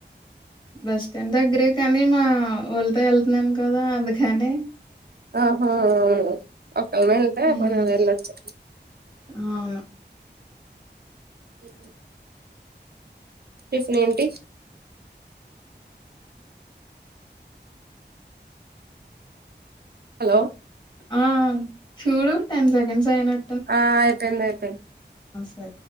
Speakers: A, on the left (about 25°); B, on the right (about 60°).
A: బస్ స్టాండ్ దగ్గరే కానీ మా వాళ్ళతో వెళ్తున్నాను కదా అందుకని
B: ఆహా అవును ఒకక్కాలమ వెళ్ంటా
A: హ్మ్.
B: అప్పు నా వెళ్ళచ్చే
A: అవును
B: ఇ టిఫన్ ఏంటి హలో
A: ఆ చూడు టెన్ సెకండ్స్ అయినట్టు
B: ఆ ఆయితే ఎంతయితే
A: స